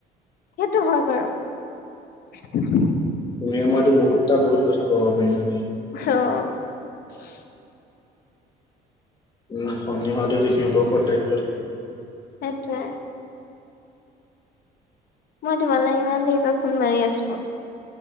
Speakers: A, on the left; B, on the left.
A: সেইটো হয় বাৰু উম', -উম',
B: তুমিয়ে মইতো বহুত কথা - বহুত কথা ক'ব পাৰিম',
A: অহ',
B: উম', সন্নি হোৱাটোই সিহঁতৰ ওপৰত দায়িত্বৰ',
A: সেইটোৱে', মই তোমালৈ ইমান দেৰি পৰা ফোন মাৰি আছোঁ',